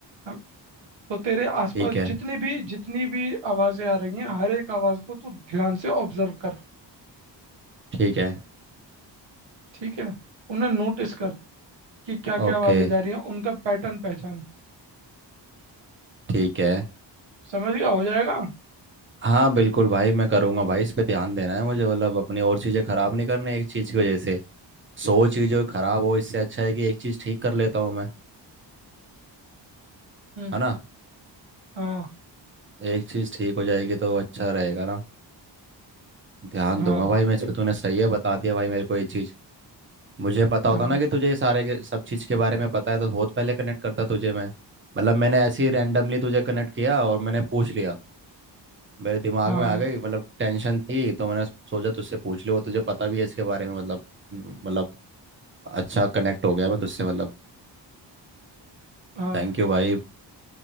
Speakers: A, on the right (about 80°); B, on the right (about 25°).
A: हाँ, तो तेरे आसपास
B: ठीक है
A: जितनी भी जितनी भी आवाजें आ रही हैं हर एक आवाज को तू ध्यान से ऑब्जर्व कर
B: ठीक है
A: ठीक है उन्हें नोटिस कर कि क्या
B: ओके
A: क्या आवाजें जा रही हैं उनका पैटर्न पहचान
B: ठीक है
A: समझ गया हो जाएगा
B: हाँ बिल्कुल भाई मैं करूँगा भाई इस पे ध्यान देना है मुझे मतलब अपनी और चीज़ें ख़राब नहीं करनी एक चीज़ की वजह से सौ चीज़ें ख़राब हो इससे अच्छा है कि एक चीज़ ठीक कर लेता हूँ मैं
A: हम्म
B: है ना
A: हाँ
B: एक चीज़ ठीक हो जाएगी तो अच्छा रहेगा ना ध्यान
A: हाँ
B: दूंगा भाई मैं इस पे तूने सही है बता दिया भाई मेरे को ये चीज़ मुझे पता होता
A: हाँ
B: ना कि तुझे ये सारे के- सब चीज़ के बारे में पता है तो बहुत पहले कनेक्ट करता तुझे मैं मतलब मैंने ऐसे ही रैंडमली तुझे कनेक्ट किया और मैंने पूछ लिया मेरे दिमाग
A: हाँ
B: में आ गई मतलब टेंशन थी तो मैंने सोचा तुझसे पूछ लूँ और तुझे पता भी है इसके बारे में मतलब मतलब अच्छा कनेक्ट हो गया मैं तुझसे मतलब
A: हाँ
B: थैंक यू भाई